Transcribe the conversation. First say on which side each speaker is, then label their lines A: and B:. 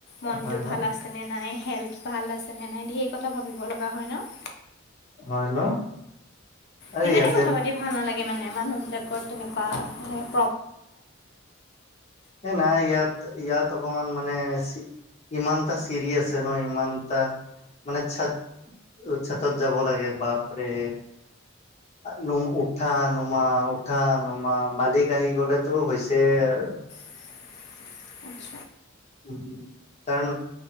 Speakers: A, on the left; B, on the left.
A: মনটো
B: হয় ন
A: ভাল আছেনে নাই? হেল্থ ভাল আছেনে নাই ঢেৰ কথা ভাবিব লগা হয় ন?
B: হয় ন। আৰে
A: সেইকাৰণে
B: ইয়াতে
A: কথা পাতি ভাল নালাগে মানে মানুহ বিলাকৰ তেনেকুৱাে
B: এ নাই ইয়াত ইয়াত অকমান মানে ইমানটা চিৰি আছে ন ইমানটা মানে চাত চাতত যাব লাগে বাপৰে। নম উঠা নুমা উঠা নুমা মালিক আহি গলেতো হৈছে অ <unintelligible>
A: <inaudible>
B: উ কাৰণ